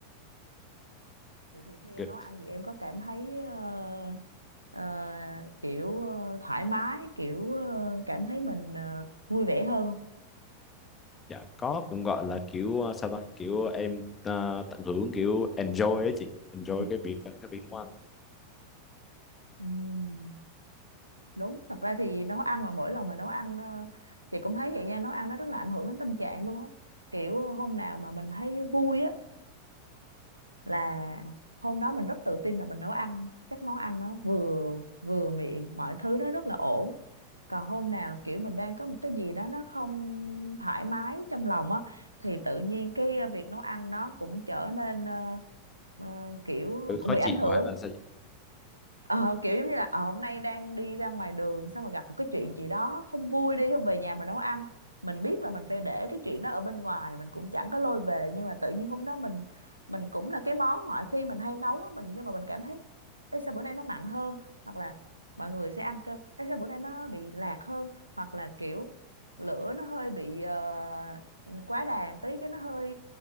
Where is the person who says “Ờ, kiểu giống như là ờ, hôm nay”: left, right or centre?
Right